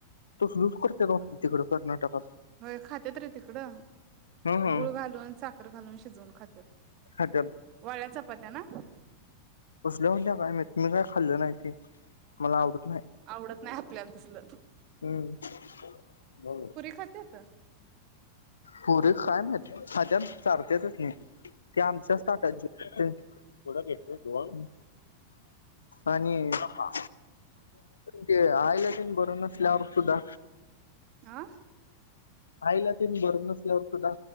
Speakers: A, on the left; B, on the right.
A: तसलच करत्यात वाटतं तिकडं कर्नाटकात.
B: होय खात्यात रे तिकडं
A: ह ह
B: गूळ घालून, साखर घालून, शिजवून खात्यात
A: खात्यात
B: वाळ्याचप पात्या ना?
A: कसल्या हुत्या काय मइत. मी काय खाल्लं नाही ते मला
B: ह
A: आवडत
B: आवडत नाही आपल्याला तसल.
A: हूं
B: खात्यात?
A: पुरी खाय म्हेत खात्यात चाारत्यातच की ते आमच्याच ताटात जे थोडा घेतेल जेवन आणि आ ते आयला तेन बरं नसं चार सुद्धा
B: आ?
A: आईला तीन बरं नसल्यावर सुद्धा